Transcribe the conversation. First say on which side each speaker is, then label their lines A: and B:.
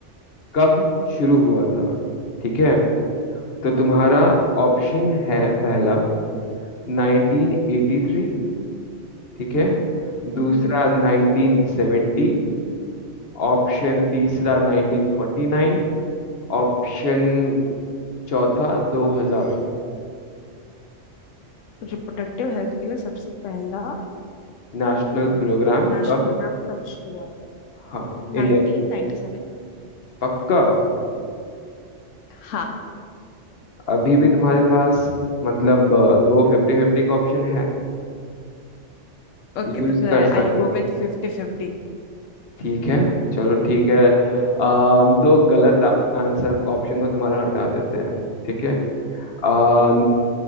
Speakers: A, on the left; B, on the left.
A: कब शुरू हुआ था ठीक है तो तुम्हारा ऑप्शन है पहला 1983 ठीक है दूसरा
B: हम्म
A: 1970 ऑप्शन तीसरा 1949 ऑप्शन चौथा 2000
B: रिप्रोडक्टिव हेल्थ के लिए सबसे पहला
A: नेशनल प्रोग्राम
B: नेशनल
A: कब
B: प्रोग्राम कब शुरू हुआ था
A: हाँ इंडिया
B: Nineteen ninety seven
A: पक्का
B: हाँ
A: अभी भी तुम्हारे पास मतलब अ, दो फिफ्टी फिफ्टी का ऑप्शन है
B: ओके
A: यूज
B: तो फिर
A: कर
B: I
A: सकती
B: will go
A: बिल्कुल
B: with fifty fifty
A: हो ठीक है चलो ठीक है अम, दो गलत आंसर ऑप्शन को तुम्हारा हटा देते हैं ठीक है अ,